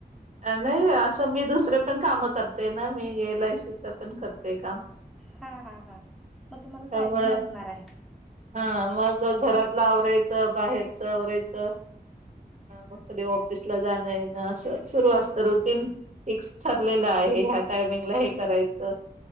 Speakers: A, on the right; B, in the centre.
A: नाही असं मी दुसरे पण काम करते ना मी एल आ य सीच पण करते. ते काम
B: हा हा हा मग तुम्हाला
A: त्यामुळे
B: टायमिंग नसणार आहे
A: हा मग घरात आवरायचं बाहेरच आवरायचं मग कधी ऑफिसला जाणं येन अस. सुरू असत रुटीन फिक्स ठरलेलं
B: हा
A: आहे. ह्या टायमिंगला हे करायचं.